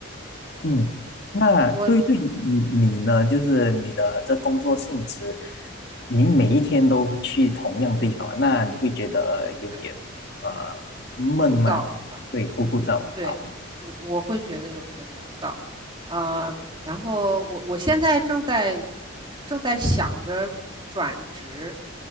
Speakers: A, on the left; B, on the right.
A: 嗯，那对于你你呢，
B: 我
A: 就是你的这工作性质，你每一天都去同样地方，那你会觉得有点呃闷吗？
B: 对枯燥是吧？
A: 对，枯枯燥乏味。
B: 嗯，对，我我会觉得有些枯燥，呃，然后我我现在正在正在想着转职，